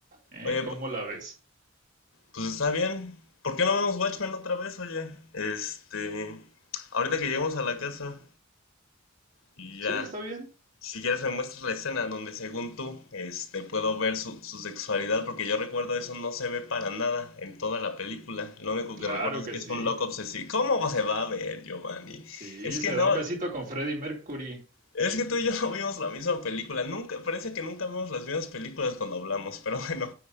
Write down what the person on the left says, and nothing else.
Oye,
pu-
pues está bien. ¿Por qué no vemos Watchmen otra vez, oye? Este. Ahorita que lleguemos a la casa. y
Ya.
Si quieres me muestras la escena donde según tú, este, puedo ver su, su sexualidad, porque yo recuerdo eso no se ve para nada en toda la película. Lo único
que recuerdo
es que
es un loco obsesivo. ¿Cómo se va a ver, Giovanni?
Es que
no,
Es que tú y yo <laughs> no vimos la misma película. Nunca, parece que nunca vemos las mismas películas cuando hablamos, pero <laughs> bueno.